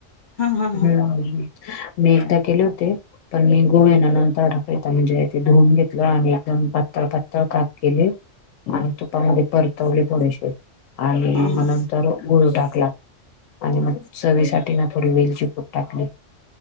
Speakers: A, on the left; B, on the left.
A: हा हा हा
B: हम्म मी एकदा केले होते पण मी गुळ ये ना नंतर टाकायचा म्हणजे ते धुवून घेतलं आणि एकदम पातळ पातळ काप केले. आणि तुपामध्ये परतवले थोडेसे आणि
A: हा हा
B: मग नंतर गुळ टाकला. आणि मग चवीसाठी ना थोडी वेलची पूड टाकली.